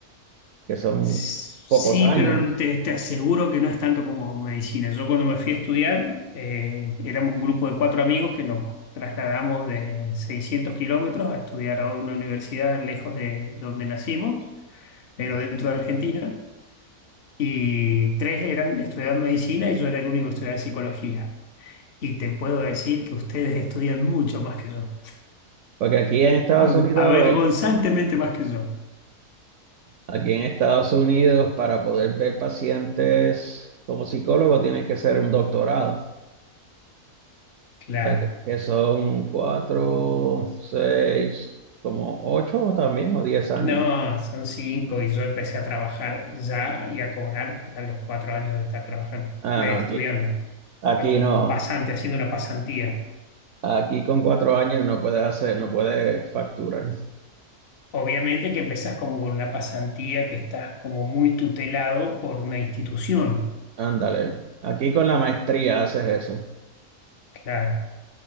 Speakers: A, on the right; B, on the left.
A: que son
B: Sí,
A: pocos años.
B: pero te, te aseguro que no es tanto como medicina. Yo cuando me fui a estudiar, eh, éramos un grupo de cuatro amigos que nos trasladamos de 600 kilómetros a estudiar a una universidad lejos de donde nacimos, pero dentro de Argentina. Y tres eran estudiando medicina y yo era el único que estudiaba psicología. Y te puedo decir que ustedes estudian mucho más que yo,
A: Porque aquí en Estados
B: Av-
A: Unidos,
B: avergonzantemente más que yo.
A: aquí en Estados Unidos, para poder ver pacientes como psicólogo, tienes que ser un doctorado. O
B: Claro.
A: sea, que, que son cuatro, seis, como ocho también, o diez años.
B: No, son cinco y yo empecé a trabajar ya y a cobrar a los cuatro años de estar trabajando,
A: Ah,
B: de
A: no,
B: estudiando,
A: aquí, aquí
B: a como
A: no.
B: pasante, haciendo una pasantía.
A: Aquí con cuatro años no puedes hacer, no puedes facturar.
B: Obviamente que empezás como con una pasantía que estás como muy tutelado por una institución,
A: Ándale. Aquí con la maestría haces eso.
B: claro.